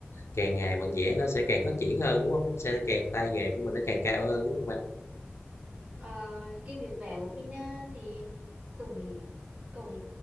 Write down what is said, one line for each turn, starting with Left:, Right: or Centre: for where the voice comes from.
Left: càng ngày mình vẽ nó sẽ càng phát triển hơn đúng không? Sẽ càng tay nghề của mình nó càng cao hơn đúng không bạn?
Right: Ờ, cái việc vẽ của mình á, thì cũng cũng